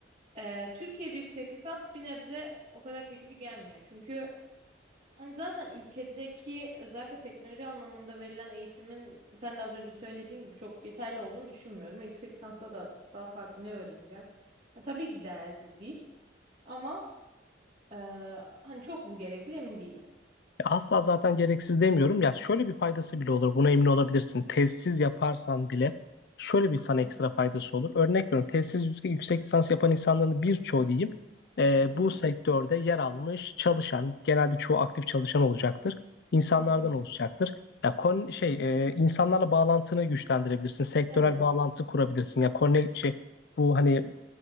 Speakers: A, on the right (about 35°); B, on the left (about 60°).
A: Ee, Türkiye'de yüksek lisans bir nebze o kadar çekici gelmiyor. Çünkü yani zaten ülkedeki özellikle teknoloji anlamında verilen eğitimin sen de az önce söylediğin gibi çok yeterli olduğunu düşünmüyorum. E, Yüksek lisansta da daha farklı ne öğreneceğim? Ha, tabii ki değersiz değil ama e, hani çok mu gerekli emin değilim.
B: Ya Asla zaten gereksiz demiyorum. Ya şöyle bir faydası bile olur. Buna emin olabilirsin. Tezsiz yaparsan bile şöyle bir sana
A: Hı hı.
B: ekstra faydası olur. Örnek veriyorum. Tezsiz yüksek, yüksek lisans yapan insanların birçoğu diyeyim e,
A: hı
B: bu
A: hı,
B: sektörde yer almış çalışan, genelde çoğu aktif çalışan olacaktır. İnsanlardan
A: hı hı.
B: oluşacaktır. Ya kon şey e, insanlarla bağlantını güçlendirebilirsin. Sektörel
A: Evet,
B: bağlantı kurabilirsin. Ya konne şey bu hani